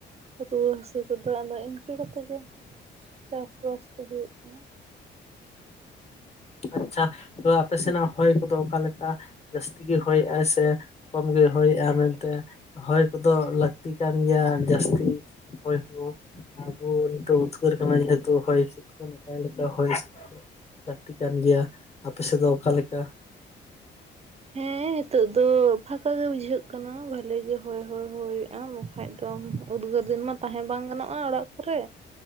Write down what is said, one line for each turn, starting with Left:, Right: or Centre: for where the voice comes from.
Right: ᱨᱩᱣᱟᱹ ᱦᱟᱹᱥᱩ ᱛᱷᱚᱲᱟ ᱢᱟ ᱤᱱᱠᱟᱹ ᱠᱟᱛᱮᱜ ᱜᱮ ᱪᱟᱥᱵᱟᱥ ᱫᱚ ᱦᱩᱭᱩᱜ ᱠᱟᱱᱟ᱾
Left: ᱟᱪᱪᱷᱟ ᱛᱚ ᱟᱯᱮ ᱥᱮᱱᱟᱜ ᱦᱚᱭ ᱠᱚᱫᱚ ᱚᱠᱟᱞᱮᱠᱟ? ᱡᱟᱹᱥᱛᱤ ᱜᱮ ᱦᱚᱭᱼᱟᱭ ᱥᱮ ᱠᱚᱢ ᱜᱮ ᱦᱚᱭᱮᱜᱼᱟ ᱢᱮᱱᱛᱮ᱾ ᱦᱚᱭ ᱠᱚᱫᱚ ᱞᱟᱹᱠᱛᱤ ᱠᱟᱱ ᱜᱮᱭᱟ, ᱡᱟᱹᱥᱛᱤ ᱦᱚᱭ ᱦᱚᱸ᱾ ᱟᱵᱚ ᱱᱤᱛᱚᱜ ᱩᱫᱽᱜᱟᱹᱨ ᱠᱟᱱᱟ, ᱡᱮᱦᱮᱛᱩ ᱦᱚᱭ ᱦᱤᱸᱥᱤᱫ ᱠᱚ ᱱᱟᱯᱟᱭ ᱞᱮᱠᱟ ᱦᱚᱭ ᱦᱤᱥᱤᱫ ᱞᱟᱹᱠᱛᱤ ᱠᱟᱱ ᱜᱮᱭᱟ ᱟᱯᱮ ᱥᱮᱫ ᱫᱚ ᱚᱠᱟᱮ ᱞᱮᱠᱟ?
Right: ᱦᱮᱸᱻ ᱱᱤᱛᱚᱜ ᱫᱚ ᱯᱷᱟᱠᱟ ᱜᱮ ᱵᱩᱡᱷᱟᱹᱜ ᱠᱟᱱᱟ, ᱵᱷᱟᱞᱮ ᱜᱮ ᱦᱚᱭ ᱦᱚᱭ ᱦᱚᱭᱮᱜᱼᱟ, ᱢᱮᱸᱠᱷᱟᱡ ᱫᱚᱢ ᱩᱫᱽᱜᱟᱹᱨ ᱫᱤᱱ ᱢᱟ ᱛᱟᱦᱮᱸ ᱵᱟᱝ ᱜᱟᱱᱚᱜᱼᱟ ᱚᱲᱟᱜ ᱠᱚᱨᱮ,